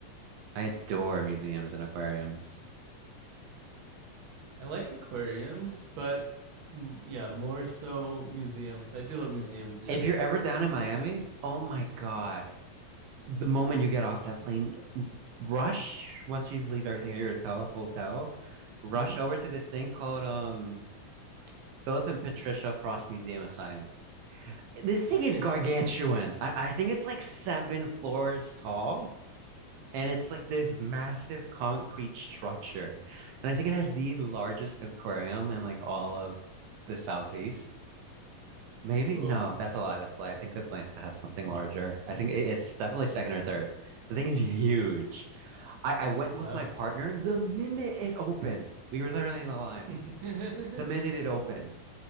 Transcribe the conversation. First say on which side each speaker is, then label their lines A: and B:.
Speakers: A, on the right; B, on the right.
A: I adore museums and aquariums.
B: I like aquariums, but mm, yeah, more so museums. I do love museums, yes.
A: If you're ever down in Miami, oh my God. The moment you get off that plane, rush once you leave everything at your hotel, hotel, rush
B: hmm
A: over to this thing called um Philip and Patricia Frost Museum of Science. This thing is gargantuan. I, I think it's like seven floors tall, and it's like this massive concrete structure. And I think it has the largest aquarium in like all of the southeast. Maybe
B: Cool.
A: no, that's a lie. That's a lie. I think Atlanta has something larger. I think it's definitely second or third. The thing is huge. I, I went with
B: Wow.
A: my partner the minute it opened. We were literally in the line.
B: <laughs>
A: The minute it opened,